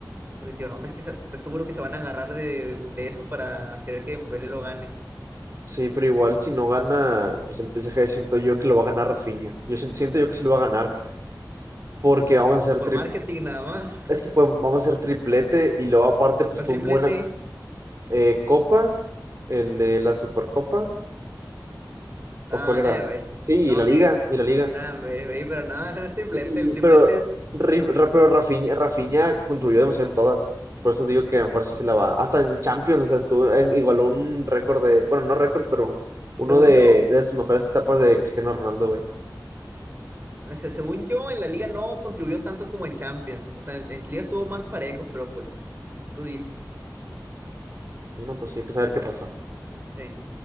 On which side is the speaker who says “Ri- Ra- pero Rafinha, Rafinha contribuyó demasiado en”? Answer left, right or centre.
Right